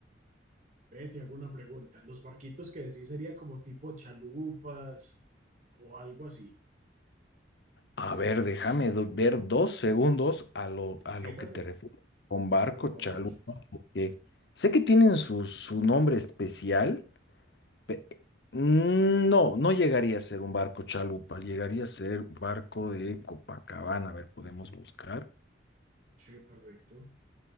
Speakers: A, on the right (about 45°); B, on the left (about 60°).
A: ve, te hago una pregunta. ¿Los barquitos que decís sería como tipo chalupas o algo así?
B: A ver, déjame do- ver dos segundos a lo, a
A: Sí,
B: lo
A: dale,
B: que te refieres con barco
A: por favor.
B: chalupa, que sé que tienen su, su nombre especial. pe- mm, No, no llegaría a ser un barco chalupa, llegaría a ser barco de Copacabana. A ver, podemos buscar.
A: Sí, correcto.